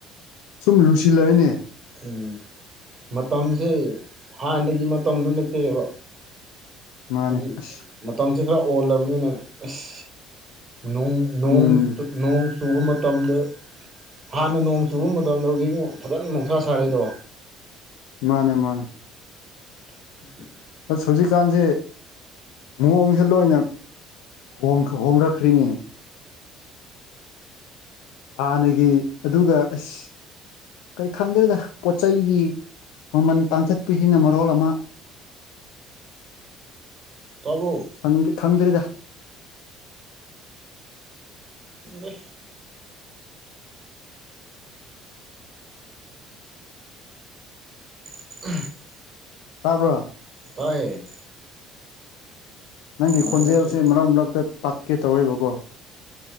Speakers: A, on the left; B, on the right.
A: ꯁꯨꯝ ꯂꯨꯁꯤꯜꯂꯛꯑꯦꯅꯦ
B: ꯑ ꯃꯇꯥꯝꯖꯦ ꯍꯥꯟꯅꯒꯤ ꯃꯇꯝꯗꯨ ꯅꯠꯇꯔꯦꯕ
A: ꯃꯥꯅꯦ
B: ꯍꯧꯖꯤꯛ
A: ꯑꯁ
B: ꯃꯇꯝꯁꯤ ꯈꯔ ꯑꯣꯜꯂꯕꯅꯤꯅ ꯑꯁ ꯅꯣꯡ ꯅꯣꯡ
A: ꯎꯝ
B: ꯇꯨꯞ ꯅꯣꯡ ꯆꯨꯕ ꯃ ꯇꯝꯗ ꯍꯥꯟꯅ ꯅꯣꯡ ꯆꯨꯕ ꯃꯇꯝꯗ ꯍꯧꯖꯤꯛꯃꯨꯛ ꯐꯖꯅ ꯅꯣꯡꯁꯥ ꯁꯥꯔꯦꯗꯣ
A: ꯃꯥꯅꯦ ꯃꯥꯅꯦ
B: <unintelligible>
A: ꯑꯁ ꯍꯧꯖꯤꯛꯀꯥꯟꯁꯦ ꯃꯑꯣꯡꯁꯦ ꯂꯣꯏꯅ ꯍꯣꯡꯈ ꯍꯣꯡꯂꯛꯈ꯭ꯔꯤꯅꯦ ꯍꯥꯟꯅꯒꯤ ꯑꯗꯨꯒ ꯑꯁ ꯀꯩ ꯈꯪꯗꯦꯗ ꯄꯣꯠ ꯆꯩꯒꯤ ꯃꯃꯜ ꯇꯥꯡꯈꯠꯄꯁꯤꯅ ꯃꯔꯣꯜ ꯑꯃ
B: ꯇꯥꯕ꯭ꯔꯣ
A: ꯍꯪꯗ꯭ꯔꯤ ꯈꯪꯗ꯭ꯔꯤꯗ
B: ꯎꯝ <unintelligible>
A: ꯇꯥꯕ꯭ꯔꯣ
B: ꯇꯥꯏꯌꯦ
A: ꯅꯪꯒꯤ
B: ꯅꯦꯠꯋꯥꯛꯁꯦ
A: ꯈꯣꯟꯖꯦꯜꯁꯦ ꯃꯔꯛ ꯃꯔꯛꯇ ꯄꯥꯠꯀꯦ ꯇꯧꯋꯦꯕꯀꯣ